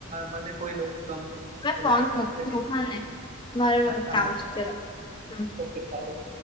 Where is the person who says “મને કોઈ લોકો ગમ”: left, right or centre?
Right